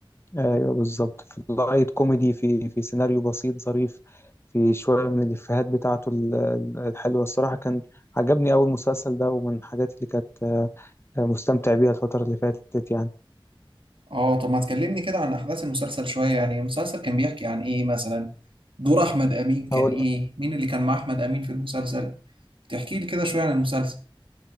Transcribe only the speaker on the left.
ايوه بالظبط في لايت كوميدي في في سيناريو بسيط ظريف في شويه من الافيهات بتاعته ال- ال- الحلوه الصراحه كان عجبني اول مسلسل ده ومن الحاجات اللي كانت آه، مستمتع بيها الفتره اللي فاتت يعني
اقول